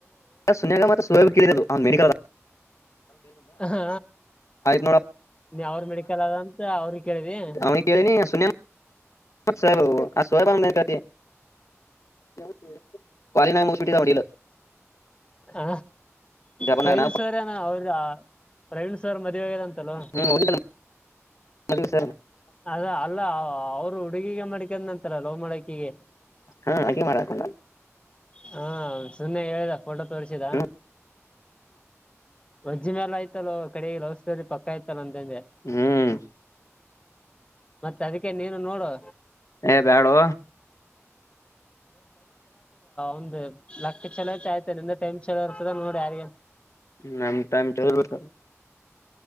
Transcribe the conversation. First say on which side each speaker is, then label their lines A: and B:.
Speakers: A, on the left (about 75°); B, on the left (about 20°).
A: ಸುನ್ಯಾಗ ಮತ್ತು ಸುಭಿಕಿಳಿದು ಅವ್ನು ಮಡಲ್
B: ಹಾ
A: ನೋಡಪ್ಪಾ
B: ನೀ ಅವಾವ್ರ ಮೆಡಿಕಲ್ ಅದಂತ ಅವ್ರ ಕೇಳಿದಿ
A: ಅವನಿಗೆ ಕೇಳಿನಿ ಸುನ್ಯಾ <inaudible> <inaudible>
B: ಹ
A: ಜಪಾನಾಗ
B: ಪ್ರವೀಣ್
A: ನಾ
B: ಸರ್ ಏನ ಅವ್ರ ಪ್ರವೀಣ್ ಸರ್ ಮದುವೆಂತ <inaudible>
A: ಹ್ಮ್ ಹೋಗಿದ್ದಲ್ಲ <inaudible>
B: ಅದ ಅಲ್ಲ ಅವರು ಹಡುಗೆಗಮ್ಮ ಮಾಡ ನಂತರಲ್ಲ ಲವ್ ಮಡಕೆಗೆ
A: ಹಾ ಆಕಿ ಮಾಡಾಕೊಂಡ
B: ಹಾ ಸುನ್ನೆ ಹೇಳುದ ಫೋಟೋ ತೋರಿಸಿದಾ
A: ಹ್ಮ್
B: ರಜ್ಜಿ ಮೆ ಆಯತವ ಕಡಲ್ಲ ಲವ್ಸ್ ಪಕ್ಕ ಆಯ್ತಲ್ಲಂತಂದೆ
A: ಹ್ಮ್
B: ಮತ್ತೆ ಅದಕ್ಕೆ ನೀನು ನೋಡುು
A: ಏ ಬ್ಯಾಡೋ
B: ಒಂದ್ ಲಕ್ಕ ಚಲೋ ಐತಿ ಆಯ್ತ ನಿಂದ ಟೈಮ್ ಚಲೋ ಇರ್ತದ ನೋಡಿ ಯಾರಿಗ
A: ನಮ್ ಟೈಮ್ ಚಲೋ <inaudible>